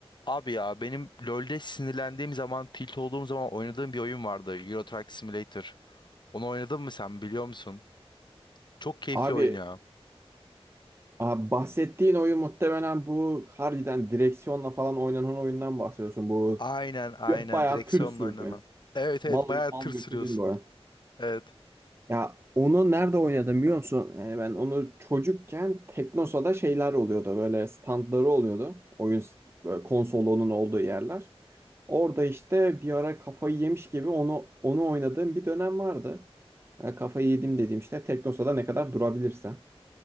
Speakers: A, on the left (about 45°); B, on the right (about 25°).
A: Abi ya benim LoL'de sinirlendiğim zaman, tilt olduğum zaman oynadığım bir oyun vardı. Euro Truck Simulator. Onu oynadın mı sen biliyor musun? Çok keyifli
B: Abi,
A: oyun ya.
B: abi bahsettiğin oyun muhtemelen bu harbiden direksiyonla falan oynanan oyundan bahsediyorsun. Bu
A: Aynen aynen
B: ya- bayağı
A: direksiyonla
B: tır sürdün,
A: oynanan. Evet
B: Mal
A: evet bayağı
B: alıp mal
A: tır
B: götürdün
A: sürüyorsun.
B: bu. oyun.
A: Evet.
B: Ya onu nerede oynadım biliyor musun? Yani ben onu çocukken Teknosa'da şeyler oluyordu. Böyle standları oluyordu. Oyun s- böyle konsolunun olduğu yerler. Orada işte bir ara kafayı yemiş gibi onu onu oynadığım bir dönem vardı. Yani kafayı yedim dediğim işte Teknosa'da ne kadar durabilirsen.